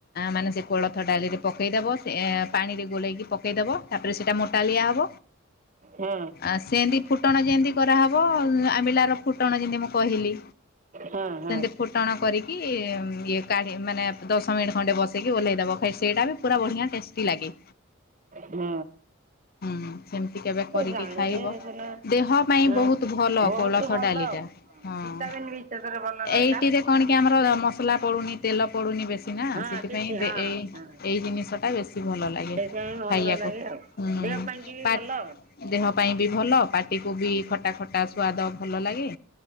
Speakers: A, on the left; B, on the right.
A: ମାନେ ସେ କୋଳଥ ଡାଲିରେ ପକାଇଦେବ। ସେ ପାଣିରେ ଗୋଲେଇକି ପକେଇଦେବ ତାପରେ ସେଇଟା ମୋଟାଳିଆ ହେବ।
B: ହୁଁ।
A: ଆ ସେନ୍ତି ଫୁଟଣ ଯେମିତି କରାହେବ ଆମ୍ବିଲାର ଫୁଟଣ ଯେମିତି ମୁଁ କହିଲି।
B: ହଁ।
A: ସେମତି ଫୋଟଣ କରିକି ଇଏ କାଢ଼ି ମାନେ ଦଶ ମିନିଟ୍ ଖଣ୍ଡେ ବସେଇକି ଓଲ୍ହେଇ ଦେବ ଖାଇ ସେଇଟା ବି ପୁରା ବଢ଼ିଆ ଟେଷ୍ଟି ଲାଗେ।
B: ହୁଁ।
A: ହୁଁ ସେମିତି କେବେ କରିକି
B: ଜାଣିଲେ
A: ଖାଇବ
B: ସିନା
A: ଦେହ ପାଇଁ
B: ହଁ
A: ବହୁତ ଭଲ
B: ବହୁତ
A: କୋଳଥ
B: ଭଲ
A: ଡାଲି
B: ଆଉ
A: ଟା ହଁ
B: ଭିଟାମିନ୍ ବି ସେଥିରେ ଭଲ ରହିଲା
A: ଏଇଠରେ କଣ କି ଆମର ମସଲା ପଡ଼ୁନି ତେଲ ପଡ଼ୁନି ବେଶୀ ନା
B: ହଁ
A: ସେଥିପାଇଁ
B: କିଛି ହଁ
A: ଏ ଏଇ
B: ହଁ
A: ଜିନିଷଟା ବେଶୀ ଭଲ ଲାଗେ
B: ସେଇଥିପାଇଁ
A: ଖାଇବାକୁ।
B: ଭଲ ଲାଗେ ଆଉ
A: ହୁଁ
B: ଦେହ ପାଇଁକିବି
A: ପା
B: ଭଲ ଆଉ।
A: ଦେହ ପାଇଁ ବି ଭଲ ପାଟିକୁ ବି ଖଟା ଖଟା ସ୍ୱାଦ ଭଲ ଲାଗେ।